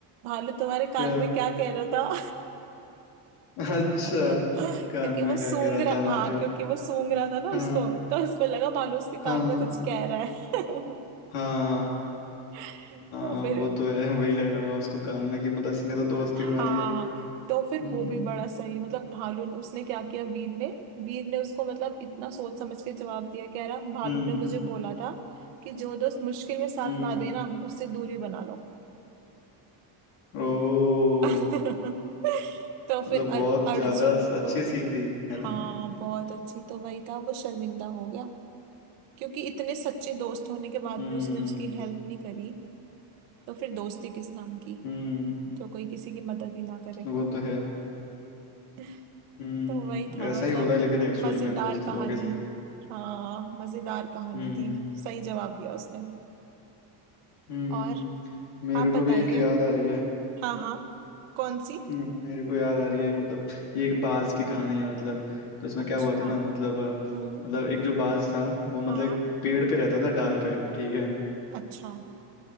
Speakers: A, on the right (about 85°); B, on the left (about 75°).
A: भालू तुम्हारे कान
B: क्या
A: में क्या कह रहा था
B: <laughs> अच्छा
A: <laughs> क्योंकि
B: कान में
A: वो सूंघ
B: क्या कह रहा
A: रहा
B: था भालू
A: हाँ क्योंकि वो सूंघ रहा था ना
B: हाँ
A: उसको तो उसको लगा भालू उसके
B: हाँ
A: कान में
B: हाँ
A: कुछ कह रहा है
B: हाँ
A: <laughs>
B: हाँ,
A: तो फिर
B: वो तो है वही लग रहा होगा उसको कान में कि मतलब इसने तो दोस्ती
A: हाँ
B: बना लिया
A: तो फिर
B: हम्म
A: वो भी बड़ा सही मतलब भालू ने उसने क्या किया वीर ने वीर ने उसको मतलब इतना सोच समझ के जवाब दिया कह रहा भालू
B: हम्म
A: ने मुझे बोला था कि जो दोस्त मुश्किल में साथ
B: हम्म
A: ना देना उससे दूरी बना लो
B: ओ
A: <laughs> तो
B: मतलब
A: फिर अर,
B: बहुत
A: अर्जुन
B: ज्यादा अच्छी
A: को
B: सीख दी है
A: हाँ
B: ना
A: बहुत अच्छी तो वही था वो शर्मिंदा हो गया क्योंकि इतने सच्चे दोस्त होने के बाद
B: हम्म
A: भी उसने उसकी हेल्प नहीं करी तो फिर दोस्ती किस नाम की
B: हम्म
A: तो कोई किसी की मदद ही ना करे
B: वो तो है
A: <laughs>
B: हम्म
A: तो वही था
B: ऐसा
A: मतलब
B: ही होता है लेकिन एक्चुअल
A: मजेदार
B: में दोस्त
A: कहानी
B: लोगों के साथ
A: हाँ मजेदार कहानी
B: हम्म
A: थी सही जवाब दिया उसने
B: हम्म
A: और
B: मेरे
A: आप
B: को
A: बताइए
B: भी एक याद आ रही है
A: हाँ हाँ कौन सी
B: हम्म, मेरे को याद आ रही है मतलब ये एक बाज की कहानी है मतलब तो इसमें
A: अच्छा
B: क्या हुआ था ना मतलब अ,
A: हम्म
B: मतलब एक जो बाज था वो मतलब
A: हाँ
B: एक पेड़ पे रहता था डाल पे ठीक है
A: अच्छा